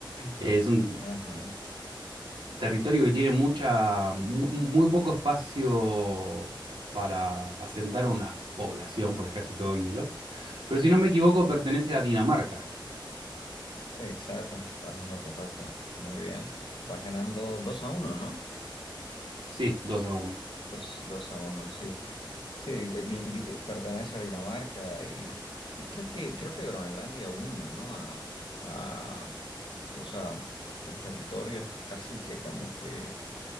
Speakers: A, on the right (about 80°); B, on the left (about 75°).
A: eh, Es un
B: Ajá,
A: territorio que tiene mucha, mu- muy, poco espacio para asentar una población, porque es casi todo hielo. Pero si no me equivoco, pertenece a Dinamarca.
B: exacto, estás en lo correcto. Muy bien. Vas ganando 2 a uno, ¿no?
A: Sí, 2 a uno.
B: Dos, dos a uno, sí. Sí, eh, di- di- pertenece a Dinamarca y, y creo que, creo que Groenlandia une, ¿no? A, a- que, o sea, el territorio es casi que como que